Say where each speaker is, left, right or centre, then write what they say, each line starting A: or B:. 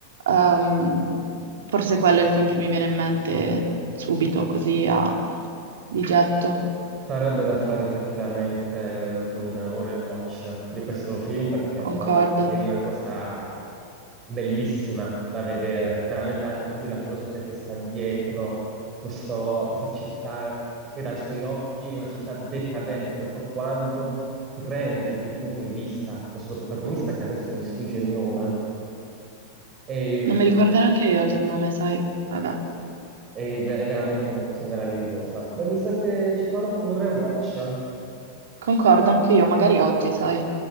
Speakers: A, on the right; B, on the right.
A: ehm, forse quello è il film che mi viene in mente subito, così a di getto.
B: Sarebbe da fare effettivamente un, un rewatch di questo film perché
A: Concordo.
B: poi è una cosa bellissima da vedere. Veramente anche qui la filosofia che sta dietro questo- questa città che dai suoi occhi è una città decadente, proprio quando prende il punto di vista del suo protagonista, che adesso mi sfugge il nome, è,
A: Non mi ricordo neanche io il nome, sai? Vabbè.
B: è ve- è veramente una cosa meravigliosa. E mi sa che ci farò un rewatch.
A: Concordo anche io, magari oggi, sai?